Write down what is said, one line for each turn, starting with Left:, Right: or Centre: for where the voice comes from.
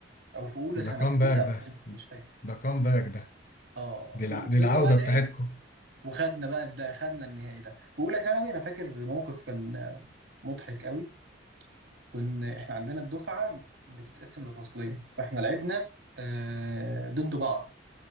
Right: او في اولى
Left: ده
Right: ثانوي
Left: كام باك
Right: اولى او
Left: ده
Right: تانية مش فاكر
Left: ده كام باك ده
Right: اه
Left: دي
Right: ف-
Left: الع...
Right: وصلنا
Left: دي العودة
Right: بقى نهائي
Left: بتاعتكم
Right: وخدنا بقى ده خدنا النهائي ده في اولى ثانوي انا فاكر موقف كان آه، مضحك قوي كنا احنا عندنا الدفعة بتتقسم لفصلين فاحنا لعبنا آه ضد بعض